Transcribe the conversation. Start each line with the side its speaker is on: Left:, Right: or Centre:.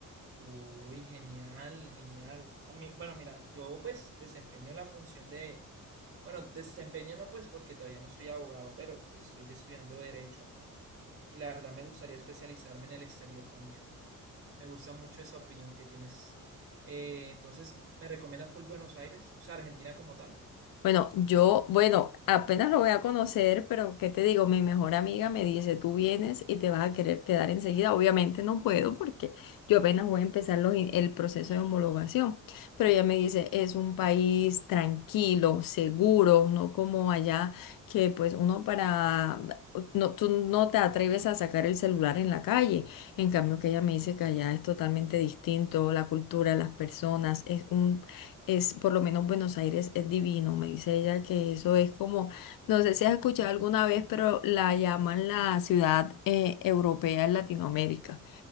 Right: Uy, genial, genial. A mí, bueno, mira, yo pues desempeño la función de, bueno, desempeño no pues porque todavía no soy abogado, pero estoy de- estudiando derecho y la verdad me gustaría especializarme en el exterior también. Me gusta mucho esa opinión que tienes. Eh, entonces, ¿me recomienda full Buenos Aires? O sea, Argentina como tal.
Left: Bueno, yo, bueno, apenas lo voy a conocer, pero ¿qué te digo? Mi mejor amiga me dice, tú vienes y te vas a querer quedar enseguida. Obviamente no puedo porque yo apenas voy a empezar los in- el proceso de homologación, pero ella me dice, es un país tranquilo, seguro, no como allá que pues uno para, no, tú no te atreves a sacar el celular en la calle. En cambio, que ella me dice que allá es totalmente distinto, la cultura, las personas, es un es, por lo menos Buenos Aires es divino, me dice ella que eso es como, no sé si has escuchado alguna vez, pero la llaman la ciudad eh, europea en Latinoamérica